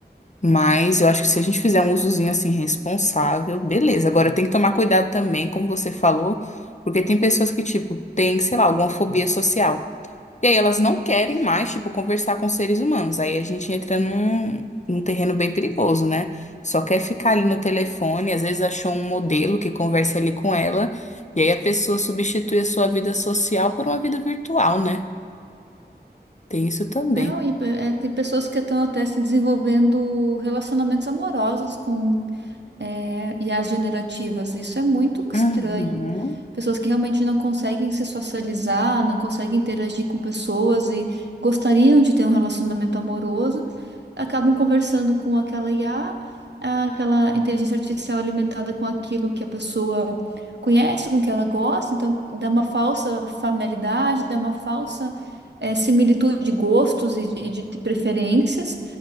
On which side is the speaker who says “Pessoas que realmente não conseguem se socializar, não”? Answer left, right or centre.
Right